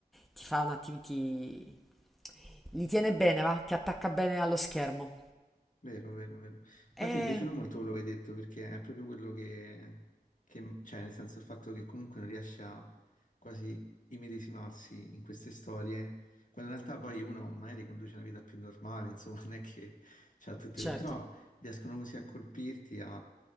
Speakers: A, in the centre; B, on the left.
A: ti fa un attimo, ti... li tiene bene, va? Ti attacca bene allo schermo.
B: Vero, vero, vero. Infatti
A: Eh,
B: mi è piaciuto molto quello che hai detto perché è proprio quello che, che- cioè nel senso il fatto che comunque non riesce a quasi immedesimarsi in queste storie, quando in realtà poi uno magari conduce una vita più normale, insomma <laughs> non è che c'ha tutte
A: Certo,
B: que- però riescono così a colpirti, a,